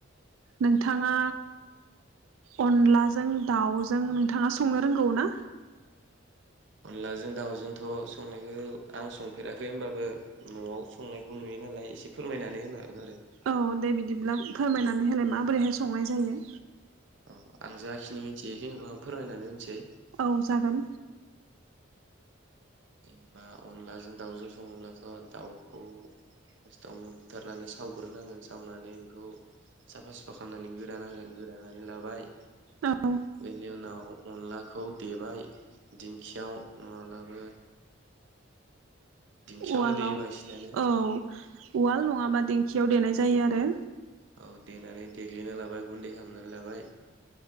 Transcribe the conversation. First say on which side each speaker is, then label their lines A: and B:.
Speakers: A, on the right; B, on the right.
A: नोंथाङा अनलाजों दाउजों नोंथाङा संनो रोंगौ ना?
B: अनलाजों दाउजोंथ' संनायखौ आं संफेराखै होमबाबो न'आव संनायखौ नुयो नालाय एसे फोरमायनानै होनो हागोन आरो
A: औ दे बिदिब्ला फोरमायनानै होलाय माबोरैहाय संनाय जायो
B: अ आं जाखिनि मिथियो इखिनिखौ आं फोरमायनानै होनोसै
A: औ जागोन
B: जेनेबा अनलाजों दाउजों सङोब्लाथ' दाउखौ फास्टावनो बुथारनानै सावग्रोनांगोन सावनानै बेखौ साफा सुफा खालामनानै गोदानांगोन गोदानानै लाबाय
A: औ
B: बेनि उनाव अनलाखौ देबाय दिंखियाव नङाब्लाबो दिंखियावनो
A: उवालाव
B: देयो बांसिनानो
A: औ उवाल नङाबा दिंखियाव देनाय जायो आरो
B: औ देनानै देग्लिना लाबाय गुन्दै खालामनानै लाबाय